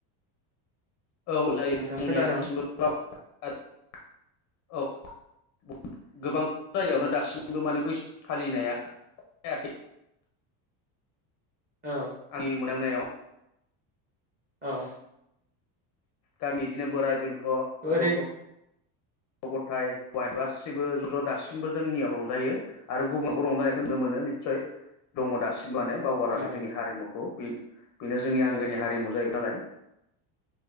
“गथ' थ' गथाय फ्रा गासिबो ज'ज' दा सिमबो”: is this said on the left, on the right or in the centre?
Left